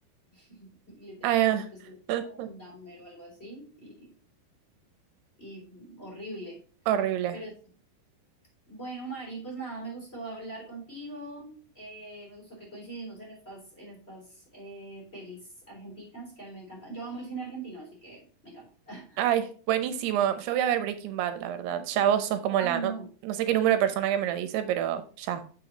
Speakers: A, on the left; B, on the right.
A: <laughs> Literal,
B: Ay, ah,
A: después sale
B: <laughs>
A: como un damero o algo así y y horrible.
B: horrible.
A: Pero sí. bueno, Mari, pues nada, me gustó hablar contigo, eh, me gustó que coincidimos en estas, en estas eh, pelis argentinas que a mí me encantan. Yo amo el cine argentino, así que me encanta. <laughs>
B: Ay, buenísimo. Yo voy a ver Breaking Bad, la verdad. Ya vos sos como
A: Ay,
B: la,
A: no,
B: no, no sé qué número de persona que me lo dice, pero ya,